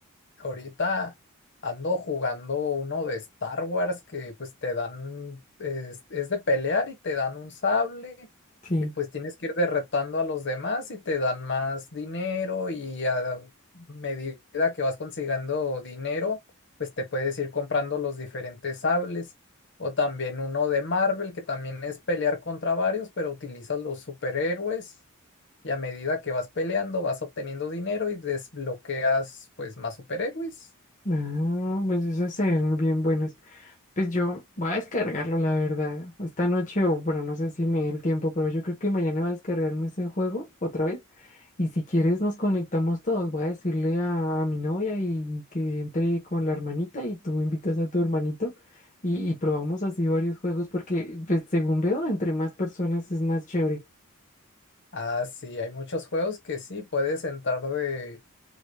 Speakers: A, on the left; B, on the left.
A: Ahorita ando jugando uno de Star Wars que pues te dan, es, es de pelear y te dan un sable
B: Sí.
A: y pues tienes que ir derretando a los demás y te dan más dinero y a medida que vas consiguiendo dinero, pues te puedes ir comprando los diferentes sables. O también uno de Marvel que también es pelear contra varios, pero utilizas los superhéroes y a medida que vas peleando, vas obteniendo dinero y desbloqueas pues más superhéroes.
B: Ah, pues esas se ven bien buenas. Pues yo voy a descargarlo, la verdad. Esta noche, o bueno, no sé si me dé el tiempo, pero yo creo que mañana voy a descargarme ese juego otra vez. Y si quieres, nos conectamos todos. Voy a decirle a, a mi novia y que entre con la hermanita y tú invitas a tu hermanito y, y probamos así varios juegos porque, pues, según veo, entre más personas es más chévere.
A: Ah, sí, hay muchos juegos que sí, puedes entrar de